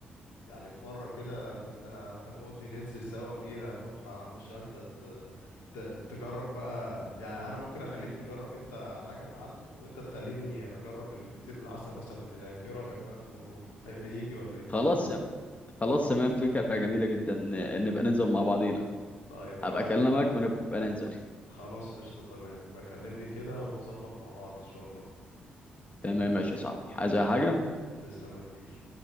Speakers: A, on the left; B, on the left.
A: يعني في مرة كده تبقى تاخدني ننزل سوا فيها نروح عم شلتت ت... تجرب بقى يعني انا ممكن اخليك تجرب انت حاجة من عنده وانت تخليني اجرب الفطير بالعسل مثلا من هناك ايه رأيك بقى في الموضوع تحب نيجي ولا ايه
B: خلاص يا- خلاص تمام فكرة جميلة جدا ن- نبقى ننزل مع بعضينا
A: طيب
B: هبقى
A: هو-
B: اكلمك ونبقى ننزل
A: خلاص قشطة تمام بكلمني كده ونظبط مع بعض ان شاء الله
B: تمام ماشي يا صاحبي عايز اي حاجة
A: تسلم يا كبير